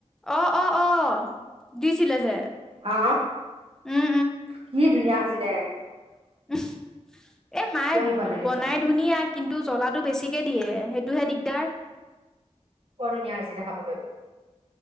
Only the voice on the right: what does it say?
অ
কি ধুনীয়া হৈছে দে
মুখত লাগি
আছে
বৰ ধুনীয়া হৈছে এতিয়া খাবলৈ